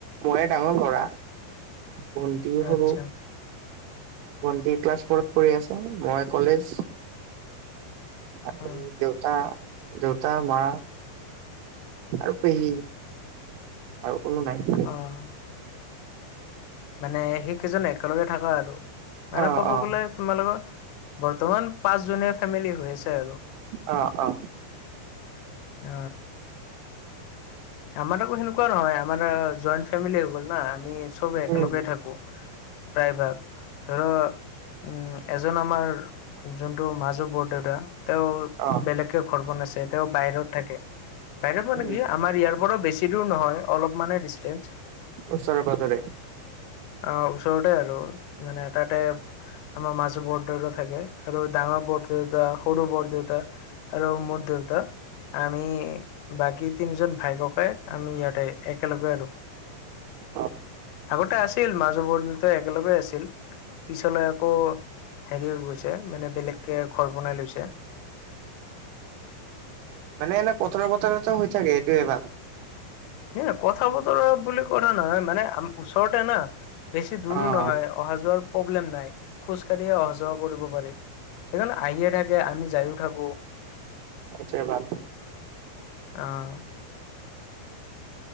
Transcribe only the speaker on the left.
আচ্ছা
অ
অ'। মানে সেই কেইজন একেলগে থাকো আৰু, মানে
ক'ব
গলে তোমালোকৰ, বৰ্তমান পাঁচজনীয়া ফেমিলি হৈ আছে আৰু।
অ আমাৰ আকৌ সেনেকুৱা নহয়, আমাৰ জইণ্ট ফেমিলি হৈ গল ন আমি চব একেলগে
থাকো প্ৰায় ভাগ, ধৰ উম, এজন আমাৰ যোনটো মাজু বৰদেউতা, তেওঁ
বেলেগকৈ ঘৰ বনাইছে, তেওঁ বাহিৰত থাকে, বাহিৰত মানে
কি আমাৰ ইয়াৰ পৰা বেছি দূৰ নহয়, অলপ মানে ডিচটেন্স।
অ', ওচৰতে আৰু, মানে তাতে আমাৰ মাজু বৰদেউতা থাকে, আৰু ডাঙৰ বৰদউতা, সৰু বৰদউতা আৰু মোৰ দেউতা আমি বাকী তিনিজন ভাই-ককাই, আমি ইয়াতে একেলগে আৰু।
আগতে আছিল মাজো বৰদেউতাই একেলগে আছিল। পিছলৈ আকৌ, হেৰি হৈ গৈছে, মানে বেলেগকে ঘৰ বনাই লৈছে।
হে কথা বতৰা বুলি কথা নহয়, মানে আমাৰ ওচৰতে না বেছি দূৰো
নহয় অহা যোৱাত প্ৰব্লেম নাই, খোজ কঢ়িয়ে অহা যোৱা কৰিব পাৰি, সেইকাৰণে আহিয়ে থা কে, আমি যায়ো থাকো।
অ'।